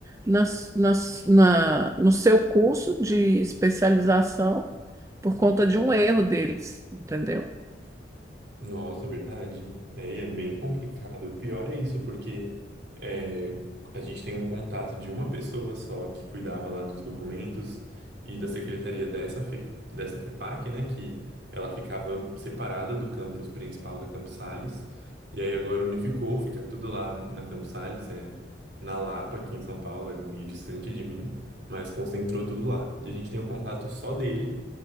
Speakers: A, on the right (about 15°); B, on the right (about 65°).
A: nas, nas, na, no seu curso de especialização por conta de um erro deles, entendeu?
B: Nossa, verdade. É, e é bem complicado. O pior é isso, porque é, a gente tem um contato de uma pessoa só que cuidava lá dos documentos e da secretaria dessa, Fe, dessa FEPAC, né? Que ela ficava separada do campus principal da Campos Sales. E aí agora unificou, fica tudo lá na Campos Sales, é na Lapa, aqui em São Paulo, é meio distante de mim, mas concentrou tudo lá. E a gente tem o contato só dele